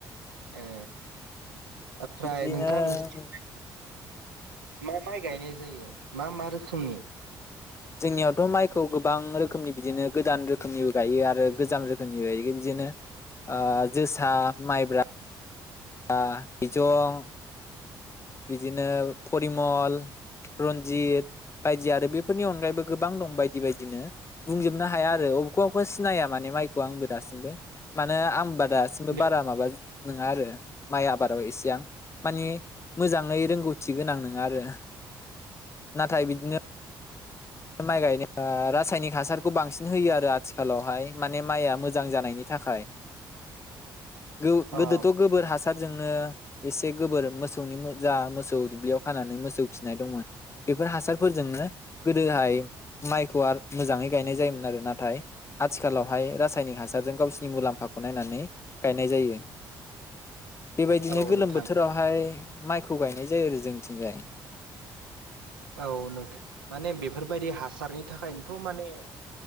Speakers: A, on the right (about 80°); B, on the left (about 25°).
A: ए ओमफ्राय
B: बिदिनो
A: नोंथां नोंसि मा माइ गायनाय जायो मा मा रोखोमनि?
B: जोंनियावथ' माइखौ गोबां रोखोमनि बिदिनो गोदान रोखोमनि गायो आरो गोजाम रोखोमनि गायो बिदिनो ओ जोसा माइब्रा आ जं बिदिनो परिमल, रन्जित बायदि आरो बेफोरनि अनगायैबो गोबां दं बायदि बायदिनो बुंजोबनो हाया आरो अबेखौबा अबेखौबा सिनाया माने माइखौ आंबो दासिमबो। माने आंबा दासिमबो
A: बे
B: बारा माबा नङा आरो माइ आबादाव एसेबां माने मोजाङै रोंगौथि गोनां नोङा आरो। नाथाय बिदिनो माइ गायनो रासायनिक हासारखौ बांसिन होयो आरो आथिखालावहाय माने माइआ मोजां जानायनि थाखाय। गो गोदोथ'
A: अ
B: गोबोर हासार जोंनो एसे गोबोर मोसौनि जा मोसौ दुब्लियाव खानानै मोसौ खिनाय दंमोन बेफोर हासारफोरजोंनो दोहाय माइखौ मोजाङै गायनाय जायोमोन आरो नाथाय आथिखालावहाय रासायनिक हासारजों गावसिरनि मुलाम्फाखौ नायनानै गायनाय जायो। बेबायदिनो
A: औ
B: गोलोम
A: नोंथां
B: बोथोरावहाय माइखौ गायनाय जायो आरो जोंथिंजाय।
A: औ नोंथां माने बेफोरबायदि हासारनि थाखायनोथ' माने